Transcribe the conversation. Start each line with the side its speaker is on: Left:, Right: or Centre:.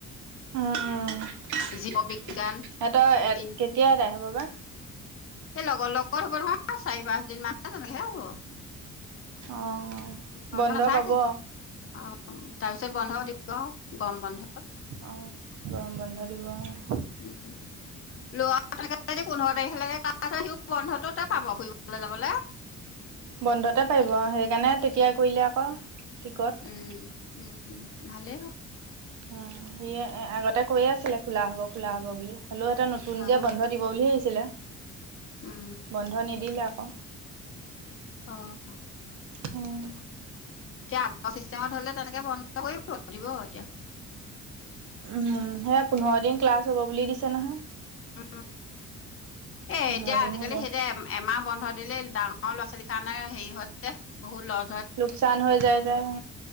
Right: উম উম সিহতৰ
Left: জীৱ বিজ্ঞান তিন,
Right: কেতিয়া এটা হ'ব বা,
Left: এই লগৰ লগৰ হ'ব নহয় চাৰি পাঁচ দিন মান তেনেকে হ'ব,,
Right: অ'
Left: বন্ধ নাথাকে,
Right: পাব। অ',
Left: অ' তাৰপিছত বন্ধ দিব আও গৰম বন্ধ।
Right: অ' গৰম বন্ধ দিব আও।
Left: উ লৰাও থাকে যদি, পোন্ধৰ তাৰিখ লেকে লাগে ত সিও বন্ধটোত, তাতে পাব ফুৰিবলৈ যাবলৈ,
Right: বন্ধতে পাৰিব সেইকাৰণে তেতিয়া
Left: উম
Right: কৰিলে আকৌ টিকট,
Left: উম উম ভালেই হ'
Right: উম সি আগতে কৈয়ে আছিলে খোলা হ'ব খোলা হ'ব বুলি। হেল্ল' এটা নতুন
Left: হ'ল
Right: যে
Left: অ
Right: বন্ধ দিব বুলি ভাবিছিলে
Left: উম
Right: বন্ধ নিদিলে, অ'
Left: অ'
Right: আহ!
Left: এতিয়া আগ চিষ্টেমত হলে তেনেকে বন্ধ কৰিব দিব এতিয়া,
Right: উম সেয়া পোন্ধৰ দিন ক্লাছ হ'ব বুলি দিছে নহয়।
Left: উ এ
Right: পোন্ধৰ
Left: এতিয়া
Right: দিন
Left: আজিকালি
Right: হ'ব।
Left: সেইতিয়া এমাহ বন্ধ দিলেই ডাঙৰ, ম ল'ৰা ছোৱালীৰ কাৰণে হেৰি হয় যে বহুত লৰ
Right: লোকচান হৈ যায় যে উ,